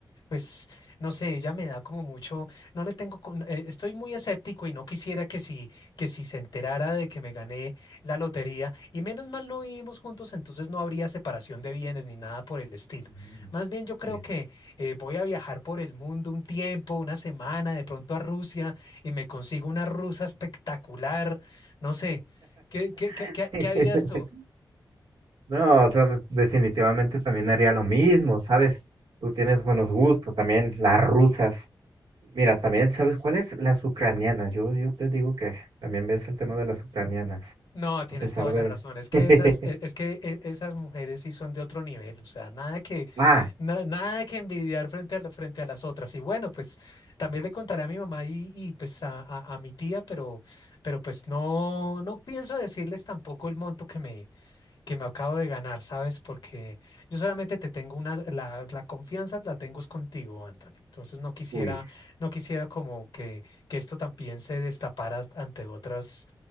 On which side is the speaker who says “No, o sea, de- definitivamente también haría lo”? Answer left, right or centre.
Right